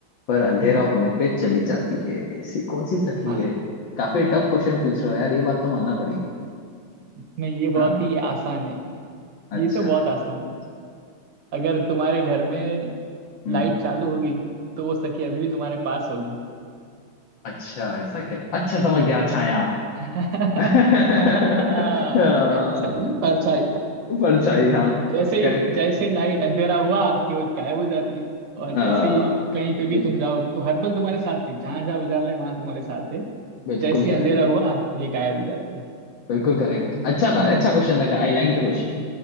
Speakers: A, on the left; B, on the right.
A: पर अंधेरा
B: हम्म
A: होने पे चली जाती है ऐसी कौन सी सखी
B: हाँ,
A: है काफी टफ क्वेश्चन पूछ रहे हो यार ये बात तो मानना पड़ेगी
B: नहीं ये बहुत
A: हाँ
B: ही आसान है
A: अच्छा
B: ये तो बहुत आसान है अगर तुम्हारे घर में
A: हम्म
B: लाइट चालू होगी तो वो सखी अभी भी तुम्हारे पास होगी
A: अच्छा ऐसा क्या अच्छा समझ गया छाया
B: <laughs> सही
A: <laughs> हाँ,
B: ना परछाई
A: परछाई
B: देखो
A: हाँ
B: जैसे
A: करेक्ट
B: ही जैसे ही लाइट अंधेरा हुआ कि वो गायब हो जाती है और
A: हाँ
B: जैसे ही कहीं पे भी
A: बिल्कुल
B: तुम जाओ तो हर पल तुम्हारे साथ है जहाँ जहाँ उजाला है वहां तुम्हारे साथ है
A: बिल्कुल
B: जैसे ही
A: करेक्ट
B: अंधेरा हुआ ये गायब हो जाती है
A: बिल्कुल करेक्ट
B: हाँ
A: अच्छा था
B: मुझे
A: अच्छा क्वेश्चन लगा I like the question